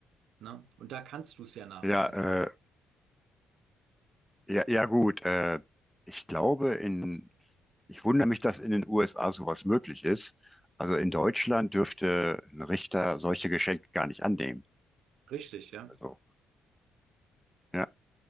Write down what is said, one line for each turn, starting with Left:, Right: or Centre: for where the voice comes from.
Right: Ne? Und da kannst du es ja nachweisen.
Centre: Ja, äh, Ja, ja gut, äh, ich glaube in, ich wundere mich, dass in den USA sowas möglich ist. Also in Deutschland dürfte ein Richter solche Geschenke gar nicht annehmen.
Right: Richtig, ja.
Centre: Also, ja,